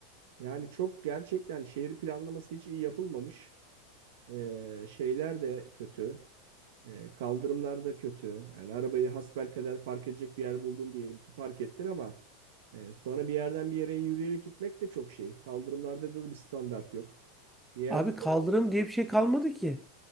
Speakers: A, on the right; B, in the centre.
A: Yani çok gerçekten şehir planlaması hiç iyi yapılmamış. Ee, şeyler de kötü. Ee, kaldırımlar da kötü. Yani arabayı hasbelkader park edecek bir yer buldun diyelim ki park ettin ama e, sonra bir yerden bir yere yürüyerek gitmek de çok şey. Kaldırımlarda da bir standart yok. Bir yerde
B: abi kaldırım diye bir şey kalmadı ki.